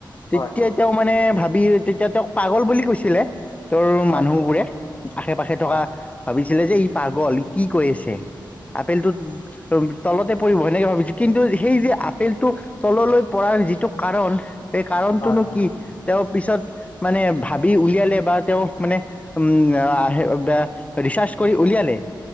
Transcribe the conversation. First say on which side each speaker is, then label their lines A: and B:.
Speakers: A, on the left; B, on the left.
A: তেতিয়া
B: হয়
A: তেওঁ মানে ভাবি তেতিয়া তেওঁক পাগল বুলি কৈছিলে তেওঁৰ।
B: হয়
A: মানুহ বোৰে আশে- পাশে থকা
B: হয়
A: ভাবিছিলে যে ই পাগল ই কি কৈ আছে। আপেলটো তলতে পৰিব সেনেকে ভাবিছো কিন্তু সেই যে আপেলটো তললৈ পৰা যিটো কাৰণ সেই কাৰণটোনো
B: হয় হয়
A: কি তেওঁ পিছত মানে ভাবি উলিয়ালে বা তেওঁ মানে উম আহ ৰিচাৰ্চ কৰি উলিয়ালে